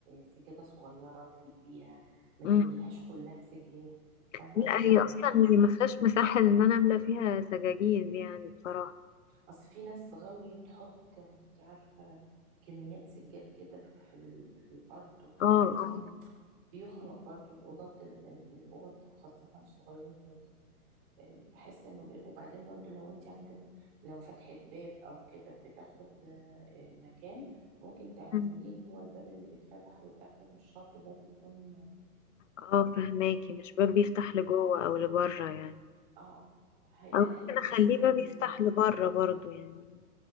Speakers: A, on the right; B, on the left.
A: سجادة صغيرة تليق بيها ما تمليهاش
B: أمم.
A: كلها سجاد
B: لا
A: فاهمة يعني
B: هي اصلا
A: في حاجات
B: هي ما فيهاش مساحة ان انا املى فيها سجاجيد يعني بصراحة
A: أصل في ناس غاوية تحط أنت عارفة كميات سجاد كده في, ال... في الأرض وحاجات
B: اه
A: يعني بيخنق برضو الأوضة ال- ال- الأوض خاصة الصغيرة دي آه، بحس إنه بي... وبعدين برضو لو أنت عندك لو فتحة باب أو كده بتاخد آه، مكان ممكن تعمليه
B: آه.
A: اللي هو الباب اللي بيتفتح ويتقفل مش شرط باب يكون
B: اه فهماكي مش باب بيفتح لجوه او لبره يعني
A: اه هيقللك
B: او ممكن اخليه
A: في في المس...
B: باب يفتح
A: هي...
B: لبره برضو يعني